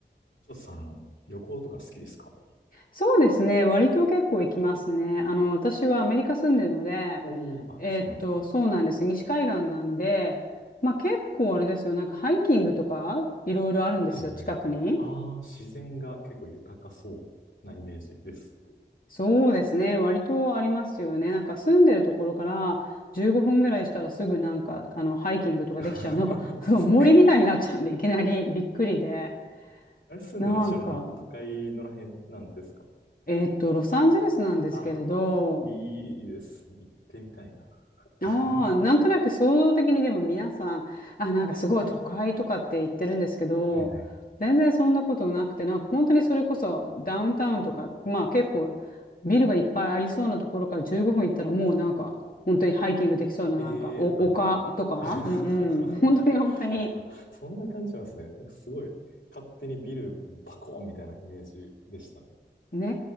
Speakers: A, on the left (about 85°); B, on the left (about 50°).
A: ちょっとさん、旅行とか好きですか
B: そうですね。割と結構行きますね。あの、私はアメリカ住んでるので、
A: おおー、あ、
B: えーっと、
A: そうなんですね。
B: そうなんです。西海岸なんで、まあ結構あれですよ。なんかハイキングとかいろいろあるんですよ、
A: はいはいはい。
B: 近くに。
A: ああ、自然が結構豊かそうなイメージです。
B: そうですね。割とありますよね。なんか住んでるところから15分ぐらいしたらすぐなんか、あの、ハイキングとかできちゃう。
A: <laughs>
B: なんか、<laughs> そう森みたいになっちゃうんで、
A: すごい。
B: いきなりびっくりで。
A: あれ、住んでらっしゃるのは都会のらへんなんですか
B: なんか、えーっと、ロサンゼルスなんですけれど、
A: あ、いいですね。行ってみたいな。<laughs> は
B: ああ、なんとなく想像的にでも皆さん、あ、なんかすごい都会とかって言ってるんですけど、
A: いはいはい。
B: 全然そんなことなくて、なんか本当にそれこそダウンタウンとか、まあ結構ビルがいっぱいありそうなところから15分行ったらもうなんか本当にハイキングできそうななんかお丘とか、
A: ええーあ、<laughs>
B: うんうん、<laughs> 本当に本当に、
A: あ、そんな感じなんですね。なんかすごい、勝手にビルバコーンみたいなイメージでしたね。
B: ね